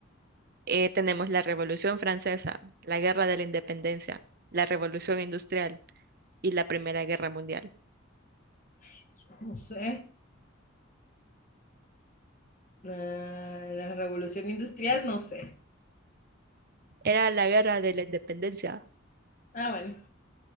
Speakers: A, on the right; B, on the left.
A: Eh, tenemos la Revolución Francesa, la Guerra de la Independencia, la Revolución Industrial y la Primera Guerra Mundial.
B: Jesús, No sé. Ah, la revolución industrial, no sé.
A: Era la Guerra de la Independencia.
B: Ah, bueno.